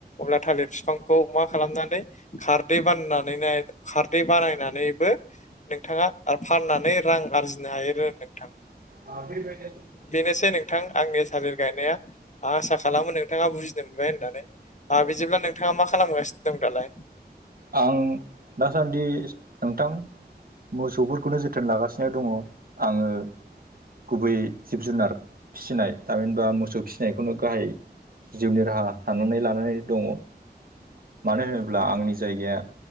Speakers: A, on the left; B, on the right.
A: अब्ला थालिर फिफांखौ मा खालामनानै खारदै बाननानै नाय खारदै बानायनानैबो नोंथाङा आ फाननानै रां आरजिनो हायो आरो नोंथां।
B: आ बेबायदि
A: बेनोसै नोंथां आंनि थालिर गायनाया आं आसा खालामो नोंथाङा बुजि मोनबाय होननानै आ बिदिब्ला नोंथाङा मा खालामगासिनो दं दालाय?
B: आं दासान्दि नोंथां मोसौफोरखौनो जोथोन लागासिनो दङ' आङो गुबैयै जिब-जुनार फिसिनाय थामिहिनबा मोसौ फिसिनायखौनो गाहाय जिउनि राहा साननानै लानानै दङ' मानो होनोब्ला आंनि जायगाया